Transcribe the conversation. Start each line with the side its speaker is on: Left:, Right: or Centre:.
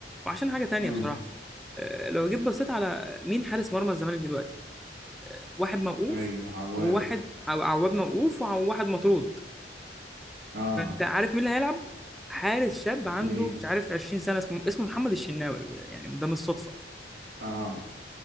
Centre: وعشان حاجه تانيه
Right: امم
Centre: بصراحه آه، لو جيت بصيت على مين حارس مرمى الزمالك دلوقتي واحد موقوف
Right: اي عواد
Centre: وواحد أو عواد موقوف وواحد مطرود
Right: اه
Centre: فأنت عارف مين اللي هيلعب؟ حارس شاب عنده
Right: مين
Centre: مش عارف 20 سنة اسمه اسمه محمد الشناوي يعني ده مش صدفة
Right: اه